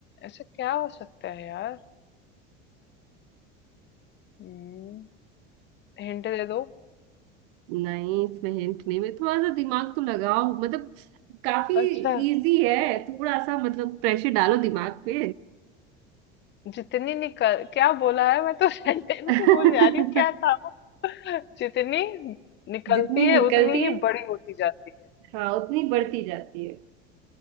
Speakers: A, on the left (about 35°); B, on the right (about 65°).
A: ऐसा क्या हो सकता है यार हम्म हिंट दे दो
B: नहीं इसमें हिंट नहीं मैं थोड़ा सा दिमाग तो लगाओ मतलब काफी
A: अच्छा
B: इजी है थोड़ा सा मतलब प्रेशर डालो दिमाग पे
A: जितनी निकल क्या बोला है मैं तो <laughs> सेंटेंस
B: <laughs>
A: ही भूल जा रही हूँ क्या था जितनी निकलती
B: जितनी
A: है
B: निकलती
A: उतनी ही
B: है
A: बड़ी होती जाती है
B: हाँ उतनी बढ़ती जाती है